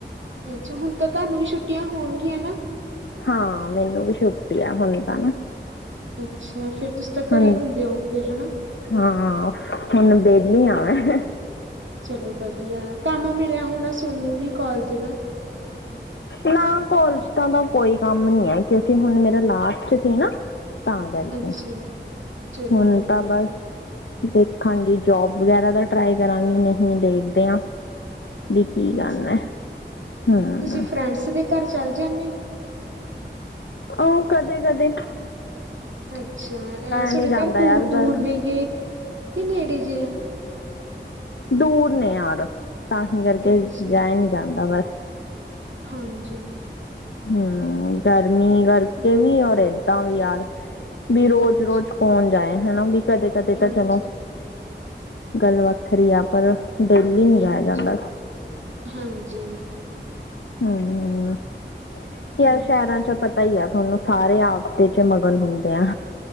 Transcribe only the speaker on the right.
ਅੱਛਾ, ਹੁਨ ਤਾਂ ਤੁਹਾਨੂੰ ਵੀ ਛੁੱਟੀਆਂ ਹੋਨਗੀਆਂ ਨਾ।
ਅੱਛਾ, ਫੇਰ ਤੁਸੀਂ ਤਾਂ ਘਰੇ
ਹੁੰਦੇ ਹੋਗੇ ਹਨਾ।
ਚਲੋ, ਵਧੀਆ ਕੰਮ ਮਿਲੇਆ ਹੋਨਾ, ਸੋਨੂੰ ਵੀ ਕੋਲਜ ਦਾ।
ਅੱਛਾ ਜੀ, ਚਲੋ
ਵਧੀਆ
ਅੱਛਾ
ਜੀ।
ਤੁਸੀਂ ਫਰੈਂਡਸ ਦੇ ਘਰ ਚੱਲ ਜਾਂਨੇ ਓ।
ਅੱਛਾ ਅਹ ਸਾਡੇ
ਘਰ ਦੂਰ-ਦੂਰ
ਨੇ ਗੇ ਕੇ ਨੇੜੇ ਜੇ ਆ।
ਅੱਛਾ
ਜੀ,
ਹਾਂਜੀ।
ਹਮ,
ਹਾਂਜੀ
ਹਾਂਜੀ
ਹਾਂਜੀ
ਹਾਂਜੀ
ਹਾਂਜੀ